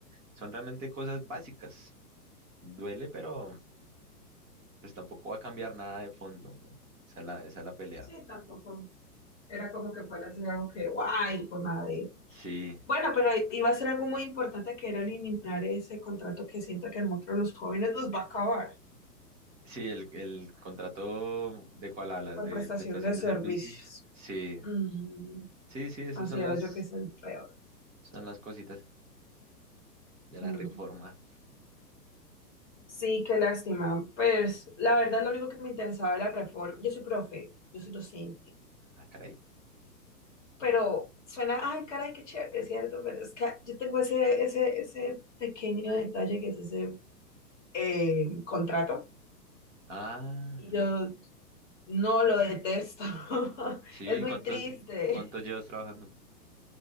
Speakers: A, in the centre; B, on the left.
A: son realmente cosas básicas. Duele, pero pues tampoco va a cambiar nada de fondo, ¿no? Esa es la, esa es la pelea.
B: Sí, tampoco. Era como que fuera a ser algo que, guay, pues madre.
A: Sí,
B: Bueno, pero iba a ser algo muy importante que era eliminar ese contrato que siento que a nosotros los jóvenes nos va a acabar
A: Sí, el, el contrato de cuál hablas,
B: por
A: de
B: prestación
A: prestación
B: de servicios.
A: de servicios. Sí,
B: Mm,
A: sí, sí, esas
B: considero
A: son las,
B: yo que es el peor.
A: son las cositas de la
B: Mm.
A: reforma.
B: Sí, qué lástima. Pues la verdad lo único que me interesaba era la reforma. Yo soy profe, yo soy docente,
A: Ah, caray.
B: pero suena, ay, caray, qué chévere, ¿cierto? Pero es que yo tengo ese, ese, ese pequeño detalle que es ese eh, contrato.
A: Ah,
B: Y
A: mira.
B: yo No lo detesto. <laughs>
A: Sí,
B: Es muy
A: ¿cuántos,
B: triste.
A: cuánto llevas trabajando?